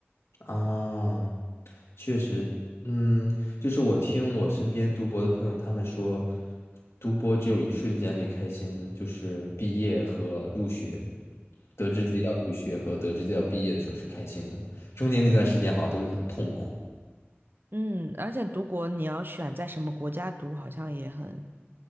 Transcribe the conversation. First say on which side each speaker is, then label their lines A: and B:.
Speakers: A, on the left; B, on the right.
A: 啊，确实，嗯，就是我听我身边读博的朋友他们说，读博只有一瞬间是开心的，就是毕业和入学，得知自己要入学和得知自己要毕业的时候是开心的，中间那段时间好像都是很痛苦。
B: 嗯，而且读博你要选在什么国家读，好像也很